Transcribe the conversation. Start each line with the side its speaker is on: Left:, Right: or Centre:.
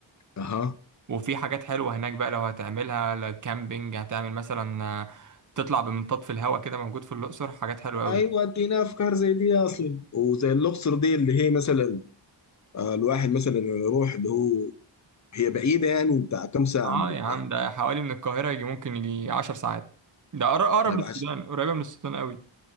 Left: اها
Right: وفي حاجات حلوه هناك بقى لو هتعملها لا كامبينج هتعمل مثلا آه، تطلع بمنطاد في الهواء كده موجود في الاقصر حاجات حلوه قوي
Left: ايوه ادينا افكار زي دي اصلي وزي الاقصر دي اللي هي مثلا آه، الواحد مثلا يروح اللي هو هي بعيده يعني بتاع كم ساعه
Right: اه
Left: من القاهره
Right: يا عم ده حوالي من القاهرة يجي ممكن يجي عشر ساعات ده أقر- أقرب
Left: طيب
Right: للسودان
Left: عش
Right: قريبة من السودان قوي